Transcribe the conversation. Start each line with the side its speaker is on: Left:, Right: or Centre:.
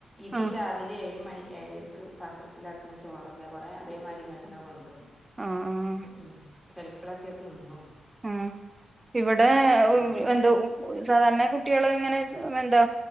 Centre: ഇത്
Right: ആഹ്
Centre: രാവിലെ ഏഴ് മണി ഏഴരയ്ക്ക് പാത്രത്തിലാക്കണ ചോറല്ലേകുറേ അതേ മരിങ്ങെട്ടനെ കൊണ്ടുവരും.
Right: ആഹ് ആഹ്
Centre: ഉം ചിലപ്പളൊക്കെ തിന്നുള്ളൂ
Right: ഉ ഇവിടെ
Centre: വെക്കല
Right: എന്തോ സാധാരണ എ കുട്ടികൾ ഇങ്ങനെ എന്താ